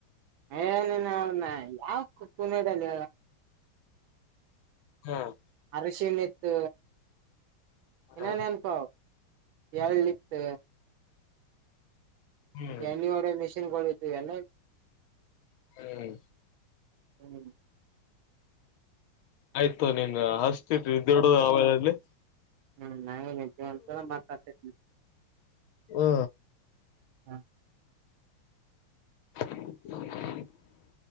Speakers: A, on the right (about 75°); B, on the left (about 75°).
A: ಏನ ನ ಯಾ ಕುಪ್ಪನಡಲ್ಲ
B: ಹ್ಮ್
A: ಅರಶಿಣತ್
B: ಹ್ಮ್
A: ನನ್ನ್ಪ ಎಳ್ಲಿತ್
B: ಹ್ಮ್
A: ಎ ಒೆ ಮಿನ್ ಬ ಎನ
B: ಹ್ಮ್
A: ಹ್ಮ್
B: ಆಯ್ತು ನಿಂಗ ಹಷ್ಟ ಇಡ ಹಾವಲ್ಲಿ
A: ಹ್ಮ ನಾ ನಿ ಮಾತಾಡ್ತೇನನೆ
B: ಹ್ಮ
A: ಹಾ
B: <inaudible>